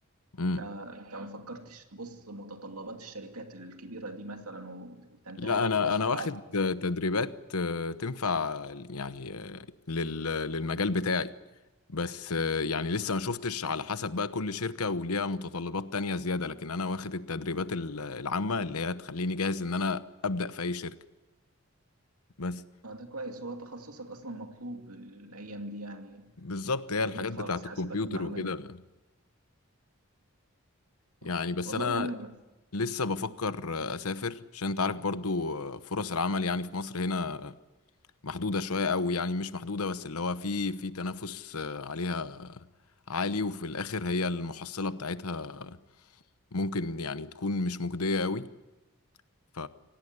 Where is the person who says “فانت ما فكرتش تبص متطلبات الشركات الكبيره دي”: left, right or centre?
Right